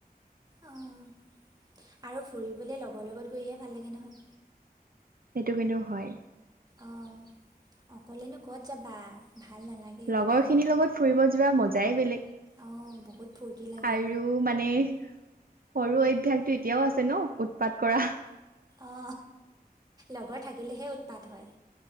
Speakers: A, on the right (about 25°); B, on the right (about 65°).
A: অঁ আৰু ফুৰিবলৈ লগৰ লগত গৈহে ভাল লাগে নহয়
B: সেইটো কিন্তু হয়।
A: অ অকলেনো ক'ত যাবা ভাল নালাগে
B: লগৰখিনিৰ
A: তেনেকৈ
B: লগত ফুৰিব যোৱা মজাই বেলেগ।
A: অঁ বহুত ফূৰ্তি লাগে
B: আৰু মানে সৰু অভ্যাসটো এতিয়াও আছে ন উৎপাত কৰা।
A: অ লগৰ থাকিলেহে উৎপাত হয়।